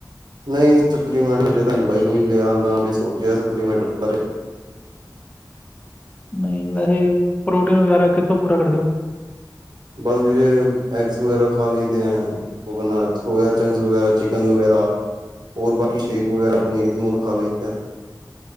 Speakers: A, on the right; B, on the left.
A: ਨਹੀਂ, ਸਪਲੀਮੈਂਟ ਹਜੇ ਤਾਂ ਨੀ ਬਾਈ ਕੋਈ ਲਿਆ ਨਾ ਏ ਸੋਚਿਆ ਸਪਲੀਮੈਂਟ ਬਾਰੇ।
B: ਨਹੀਂ ਵੈਸੇ ਪ੍ਰੋਟੀਓ ਵਗੈਰਾ ਕਿੱਥੋਂ ਪੂਰਾ ਕਰਦੇ ਓ।
A: ਬਸ ਵੀਰੇ ਐਗਸ ਵਗੈਰਾ ਖਾ ਲਇਦੇ ਹੈਨ <unintelligible> ਉਹ ਬ ਸੋਯਾ ਚੰਗਸ ਵਗੈਰਾ, ਚਿਕਨ ਵਗੈਰਾ ਹੋਰ ਬਾਕੀ ਸ਼ੇਕ ਵਗੈਰਾ ਪਨੀਰ ਪਨੂਰ ਖਾ ਲਈਦਾ।